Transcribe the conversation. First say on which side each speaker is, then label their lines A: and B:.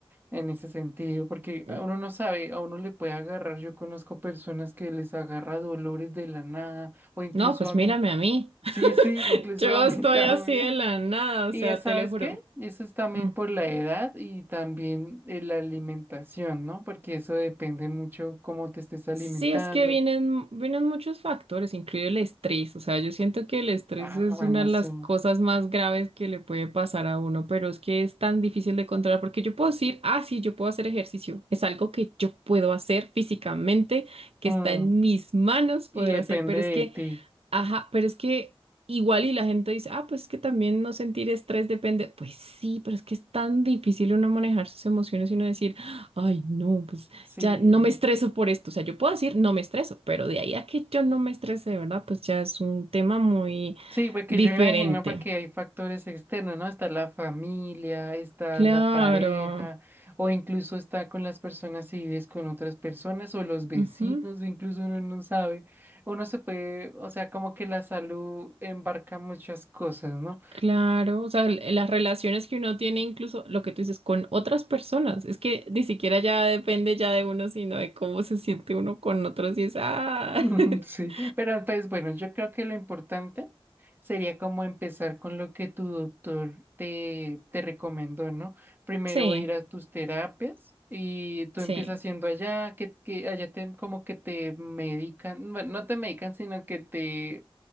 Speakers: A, on the right; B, on the right.
A: en ese sentido, porque
B: sí.
A: a uno no sabe, a uno le puede agarrar. Yo conozco personas que les agarra dolores de la nada, o incluso
B: No, pues
A: a
B: mírame
A: mí.
B: a mí.
A: Sí, sí, incluso
B: Yo
A: a
B: estoy
A: mí <laughs> también.
B: así de la nada, o
A: Y
B: sea,
A: es, ¿sabes
B: te lo juro.
A: qué? Eso es también
B: Mm.
A: por la edad y también eh, la alimentación, ¿no? Porque eso depende mucho cómo te estés alimentando.
B: Sí, es que vienen, vienen muchos factores, incluye el estrés. O sea, yo siento que el estrés
A: Ah,
B: es
A: bueno,
B: una de las
A: sí.
B: cosas más graves que le puede pasar a uno, pero es que es tan difícil de controlar porque yo puedo decir, ah, sí, yo puedo hacer ejercicio. Es algo que yo puedo hacer físicamente, que
A: Mm,
B: está en mis manos poder
A: Y depende
B: hacer, pero
A: de
B: es que
A: ti.
B: Ajá, pero es que igual y la gente dice, ah, pues es que también no sentir estrés depende. Pues sí, pero es que es tan difícil uno manejar sus emociones y uno decir, ay, no, pues
A: Sí.
B: ya no me estreso por esto. O sea, yo puedo decir no me estreso, pero de ahí a que yo no me estrese, de ¿verdad? Pues ya es un tema muy
A: Sí, porque
B: diferente.
A: yo me imagino porque hay factores externos, ¿no? Está la familia, está
B: Claro.
A: la pareja, o incluso está con las personas si vives con otras personas, o los vecinos,
B: Ujú.
A: incluso uno no sabe. Uno se puede, o sea, como que la salud embarca muchas cosas, ¿no?
B: Claro, o sea, el- las relaciones que uno tiene incluso lo que tú dices con otras personas, es que ni siquiera ya depende ya de uno, sino de cómo se siente uno con otros y es, ah,
A: <laughs>
B: <laughs>
A: Sí, pero pues bueno, yo creo que lo importante sería como empezar con lo que tu doctor te, te recomendó, ¿no? Primero
B: sí,
A: ir a tus terapias y tú
B: sí,
A: empiezas haciendo allá, que, que allá te, como que te medican, bueno, no te medican, sino que te,